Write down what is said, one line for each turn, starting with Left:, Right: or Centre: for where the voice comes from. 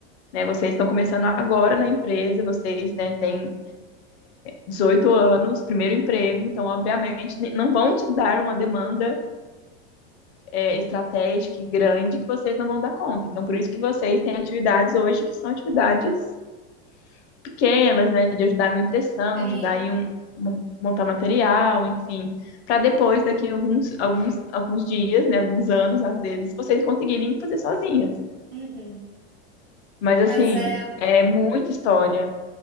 Left: né? Vocês estão começando agora na empresa, vocês, né, têm 18 anos, primeiro emprego, então, obviamente, ne- não vão te dar uma demanda é, estratégica e grande que vocês não vão dar conta. Então, por isso que vocês têm atividades hoje que são atividades pequenas, né, de ajudar em uma impressão,
Right: Sim.
Left: de ajudar em um, mon- montar material, enfim, para depois, daqui a alguns, alguns, alguns dias, né, alguns anos, às vezes, vocês conseguirem fazer sozinhas.
Right: Uhum.
Left: Mas,
Right: Mas
Left: assim,
Right: é,
Left: é muita história.